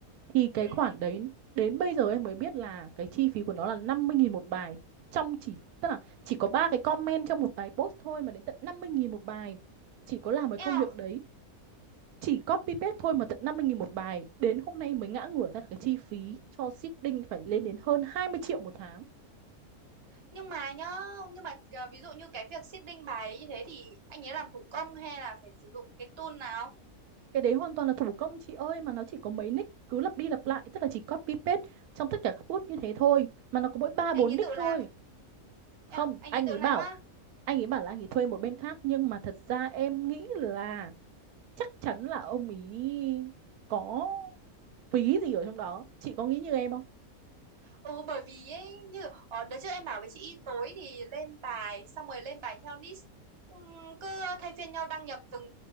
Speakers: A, on the right; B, on the right.
A: thì cái
B: ừ
A: khoản
B: ừ
A: đấy đến bây giờ em mới biết là cái chi phí của nó là 50.000 một bài trong chỉ tức là chỉ có ba cái comment trong một bài post thôi mà đến tận 50.000 một bài chỉ có làm cái công
B: Eo,
A: việc đấy chỉ copy paste thôi mà tận 50.000 một bài đến hôm nay mới ngã ngửa ra là cái chi phí cho seeding phải lên đến hơn 20 triệu một tháng
B: nhưng mà nhá nhưng mà ờ, ví dụ như cái việc seeding bài như thế thì anh ấy làm thủ công hay là phải sử dụng cái tool nào
A: cái đấy hoàn toàn là thủ công chị ơi mà nó chỉ có mấy nick cứ lặp đi lặp lại tức là chỉ copy paste trong tất cả các post như thế thôi mà nó có mỗi ba
B: thế
A: bốn
B: anh ấy
A: nick
B: tự
A: thôi
B: làm
A: không
B: Eo, anh
A: anh
B: ấy tự
A: ấy
B: làm
A: bảo
B: á
A: anh ấy bảo là anh ấy thuê một bên khác nhưng mà thật ra em nghĩ là chắc chắn
B: ừ.
A: là ông ý có phí gì ở trong đó chị có nghĩ như em không
B: ừ bởi vì ấy như ở đợt trước em bảo với chị tối thì lên bài xong rồi lên bài theo list Ừm, cứ thay phiên nhau đăng nhập từng